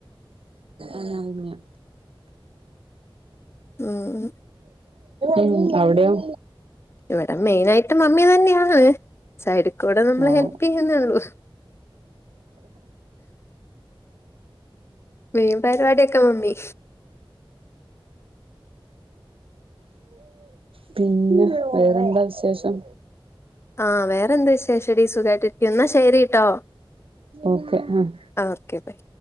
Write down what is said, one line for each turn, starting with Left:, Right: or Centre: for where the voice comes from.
Right: ആഹ്
Left: ഉം
Right: ഉം അവിടെയോ
Left: ഇവിടെ മെയിനായിട്ട് മമ്മി തന്നെയാണ് ഏഹ് സൈഡ് കൂടെ നമ്മള്
Right: ആണോ
Left: ഹെൽപെയ്യുന്നേള്ളൂ മീൻ പരിപാടിയൊക്കെ മമ്മി
Right: പിന്നെ വേറെന്താ വിശേഷം
Left: ആ വേറെന്ത് വിശേഷ ടി സുഖായിട്ടിരി എന്ന ശരി ട്ടോ
Right: ഓക്കെ ആഹ്
Left: ആ ഓക്കെ ബൈ